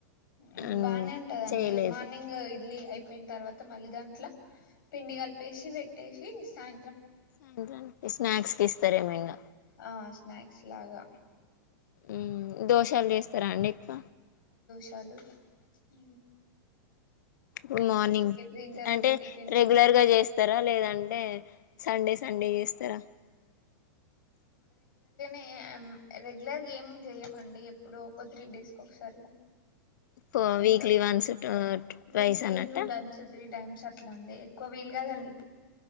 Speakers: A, on the left; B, on the left.
A: ఉమ్
B: హ్మ్
A: బానే ఉంటదండి
B: చేయలేదు
A: మార్నింగు అపోయిన తర్వాత మళ్ళీ దాంట్లో పిండి గలిపేసి పెట్టేసి సాయ
B: సాయంత్రాకి స్నాక్స్ కిస్తారేమో ఇంగ
A: ఆ స్నాక్స్ లాగా
B: ఊ దోషాలు జెస్తారా అండి ఎక్కువ
A: తాలు ఊ
B: గుడ్ మార్నింగ్
A: తింటారండి
B: అంటే
A: టిఫిన్స్
B: రెగ్యులర్ గా జేస్తారా లేదంటే సండే సండే జేస్తరా
A: ఏమ్ రెగ్యులర్ గా ఏం జేయమండి ఎప్పుడు ఒక త్రీ డేస్ కొకసారి
B: ఫో
A: అంత
B: weekly once two
A: weekly
B: twice అన్నట్ట
A: two టైమ్సు త్రీ టైమ్సు అట్ల అండి ఎక్కువ వీలు గాదండి